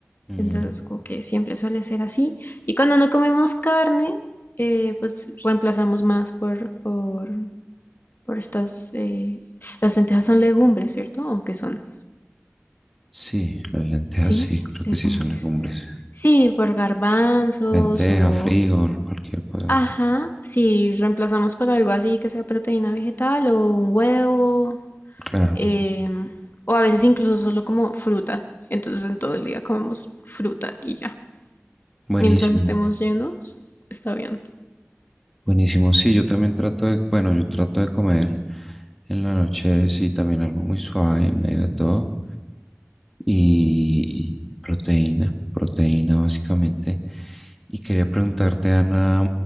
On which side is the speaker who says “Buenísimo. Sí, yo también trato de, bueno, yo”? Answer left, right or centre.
Centre